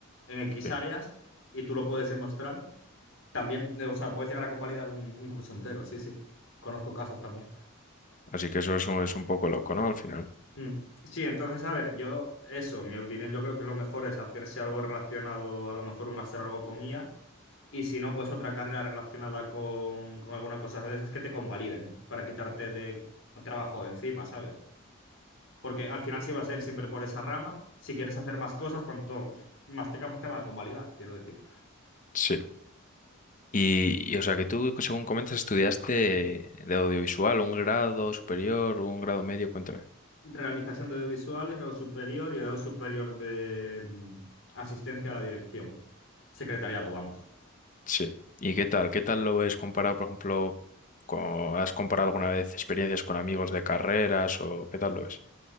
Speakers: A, on the left (about 65°); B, on the left (about 40°).
A: en X
B: Sí.
A: áreas y tú lo puedes demostrar, también, eh, o sea, puedes llegar a convalidar un, un curso entero, sí, sí. Conozco casos también.
B: Así que eso es un, es un poco loco, ¿no? Al final.
A: Mm, Sí, entonces, a ver, yo, eso, en mi opinión, yo creo que lo mejor es hacerse algo relacionado, a lo mejor un máster o algo con IA, y si no, pues otra carrera relacionada con, con alguna cosa de esas que te convaliden para quitarte de trabajo de encima, ¿sabes? Porque al final sí va a ser siempre por esa rama. Si quieres hacer más cosas, cuanto más tengas más tema de convalidar, quiero decir.
B: Sí. Y, y, o sea, que tú, según comentas, estudiaste de audiovisual, un grado superior, un grado medio, cuéntame.
A: Realización de audiovisuales, grado superior y grado superior de mm, asistencia a la dirección. Secretariado, vamos.
B: Sí. ¿Y qué tal? ¿Qué tal lo ves comparado, por ejemplo, con, has comparado alguna vez experiencias con amigos de carreras o qué tal lo ves?